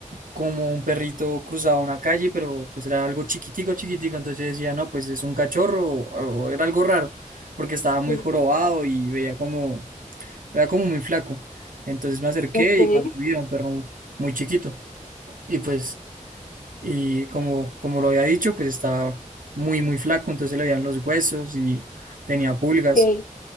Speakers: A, on the right; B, on the left.
A: como un perrito cruzaba una calle, pero pues era algo chiquitico, chiquitico. Entonces yo decía, no, pues es un cachorro o, o era algo raro porque estaba muy
B: sí,
A: jorobado y veía como era como muy flaco. Entonces me acerqué
B: ok,
A: y cuando vi era un perro muy chiquito. Y pues, y como, como lo había dicho, pues estaba muy, muy flaco, entonces se le veían los huesos y tenía pulgas.
B: ok.